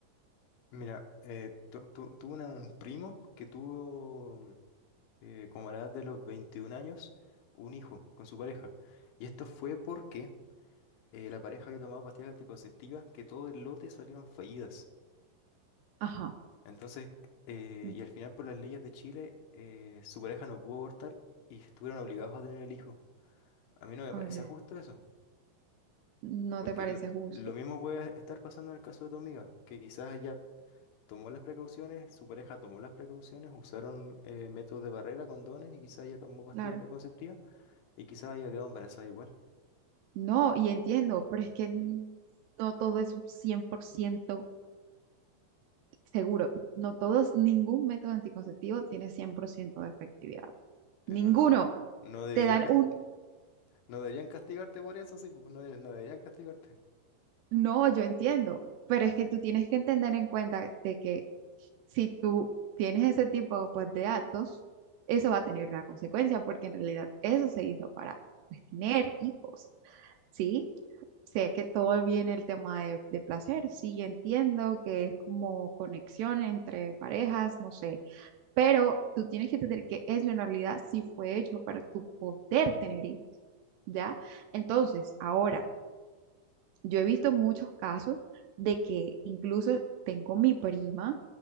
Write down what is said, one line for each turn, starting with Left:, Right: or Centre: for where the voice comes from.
Left: Mira, eh, tu- tu- tuve una- un primo que tuvo, eh, como a la edad de los 21 años, un hijo con su pareja. Y esto fue porque eh, la pareja que tomaba pastillas anticonceptivas, que todo el lote salieron fallidas.
Right: ajá,
Left: Entonces, eh,
Right: mm,
Left: y al final por las leyes de Chile, eh, su pareja no pudo abortar y estuvieron obligados a tener el hijo. A mí no me
Right: ok,
Left: parece justo eso,
Right: no
Left: porque
Right: te parece
Left: lo,
Right: justo,
Left: lo mismo puede estar pasando en el caso de tu amiga, que quizás ella tomó las precauciones, su pareja tomó las precauciones, usaron eh, métodos de barrera, condones y quizás ella tomó pastillas
Right: claro.
Left: anticonceptivas y quizás haya quedado embarazada igual.
Right: No, y entiendo, pero es que n- no todo es un 100% Seguro, no todos, ningún método anticonceptivo tiene 100% de efectividad.
Left: Pero
Right: Ninguno.
Left: no, no debería,
Right: Te dan
Left: cas-
Right: un
Left: no deberían castigarte por eso, sí, pues, no, de- no deberían castigarte.
Right: no, yo entiendo, pero es que tú tienes que entender en cuenta de que si tú tienes ese tipo pues, de actos, eso va a tener una consecuencia, porque en realidad eso se hizo para pues, tener hijos, ¿sí? Sé que todo viene el tema de, de placer, sí, entiendo que es como conexión entre parejas, no sé, pero tú tienes que entender que eso en realidad sí fue hecho para tu poder tener hijos, ¿ya? Entonces, ahora, yo he visto muchos casos de que incluso tengo mi prima